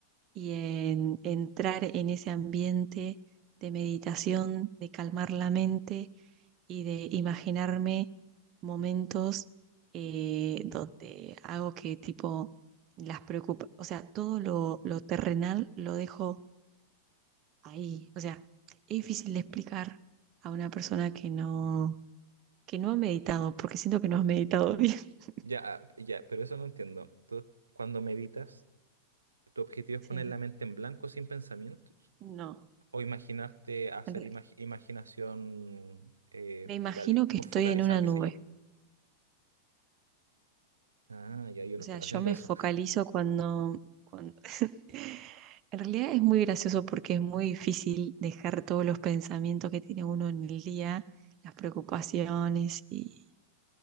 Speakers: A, on the right; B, on the right.
A: y en entrar en ese ambiente de meditación, de calmar la mente y de imaginarme momentos eh, donde hago que tipo las preocupa, o sea, todo lo, lo terrenal lo dejo ahí. O sea, es difícil de explicar a una persona que no, que no ha meditado, porque siento que no has meditado bien. <laughs>
B: ya, ah, ya, pero eso no entiendo. Tú, cuando meditas, ¿tu objetivo
A: Sí.
B: es poner la mente en blanco sin pensamientos?
A: No.
B: ¿O imaginarte hacer
A: En re-
B: imag- imaginación eh,
A: Me imagino
B: focali-
A: que
B: co-
A: estoy
B: focalizada
A: en una
B: que
A: nube.
B: se llama? Ah, ya yo no
A: O sea,
B: estaba
A: yo
B: haciendo
A: me
B: eso.
A: focalizo cuando, cuando... <laughs> En realidad es muy gracioso porque es muy difícil dejar todos los pensamientos que tiene uno en el día, las preocupaciones y,